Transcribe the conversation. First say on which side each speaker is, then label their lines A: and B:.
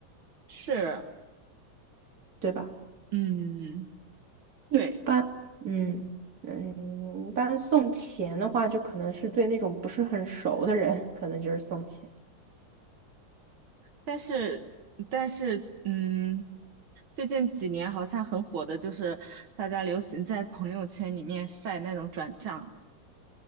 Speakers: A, on the right; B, on the right.
A: 是，
B: 对吧？
A: 嗯，
B: 一般，
A: 对。
B: 嗯嗯，一般送钱的话，就可能是对那种不是很熟的人，可能就是送钱。
A: 但是，但是，嗯，最近几年好像很火的就是大家流行在朋友圈里面晒那种转账，